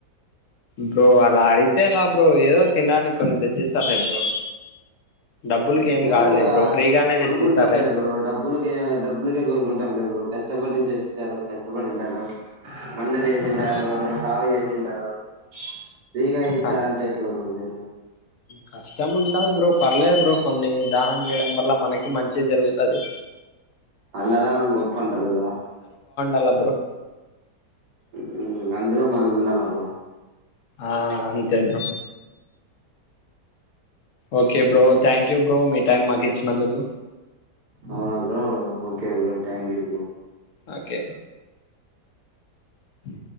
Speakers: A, on the left; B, on the right.
A: బ్రో అలా అడిగితే ఎలా బ్రో ఏదో తినడానికి కొన్ని తెచ్చిస్తా లే బ్రో డబ్బులకి ఏం
B: మేము
A: కాదులే
B: ఇగ
A: బ్రో ఫ్రీగానే
B: కొనుక్కుంటాం
A: తెచ్చిస్తాలే
B: లే బ్రో డబ్బులకే డబ్బులకే కొనుకుంటాం లే బ్రో కష్టపడి నుంచి వచ్చింటారు కష్టపడింటారు మందులు చేసింటారు
A: ఆ
B: సాగు చేసింటారు ఫ్రీగా ఇస్తారంటే
A: కష్
B: ఎట్లా బ్రో మీరు
A: కష్టం ఉంటాది బ్రో పర్లేదు బ్రో కొన్ని దానం చేయడం వల్ల మనకి మంచె జరుగుతది
B: అన్నదానం గొప్పంటారు కదా
A: అల బ్రో
B: హు అందులో మనం ఉండాల బ్రో
A: ఆ అంతే bro okay bro thank you bro మీ టైం మాకు ఇచ్చినందుకు
B: అవునాబ్రో okay bro thank you bro
A: okay అ